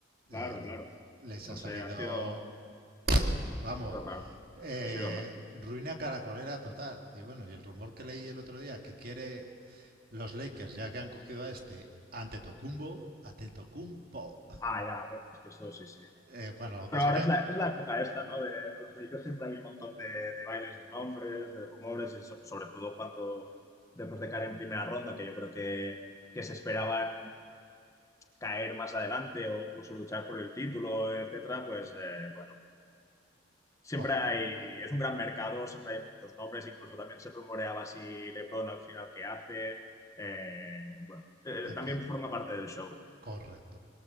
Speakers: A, on the right; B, on the left.
A: Eh,
B: Claro, claro.
A: les
B: No
A: ha salido
B: sé, ha sido, ha
A: Vamos,
B: sido raro.
A: eh,
B: Ha sido raro.
A: ruina caracolera total. Y bueno, y el rumor que leí el otro día, que quiere los Lakers, ya que han cogido a este Antetokounmpo, Antetokounmpo.
B: Ah, ya, bueno, es que esto sí, sí.
A: Eh, bueno, lo que pasa
B: Bueno, ahora
A: que,
B: es la, es la época esta, ¿no? De en los inicios siempre hay un montón de, de bailes de nombres, de rumores, y so- sobre todo cuando después de caer en primera ronda, que yo creo que, que se esperaban caer más adelante o incluso luchar por el título, etcétera, pues eh, bueno, siempre
A: bueno,
B: hay, es un gran mercado, siempre hay muchos nombres, incluso también se rumoreaba si LeBron al final qué hace. eh, bueno, eh,
A: en
B: también
A: fin,
B: forma parte del show.
A: correcto.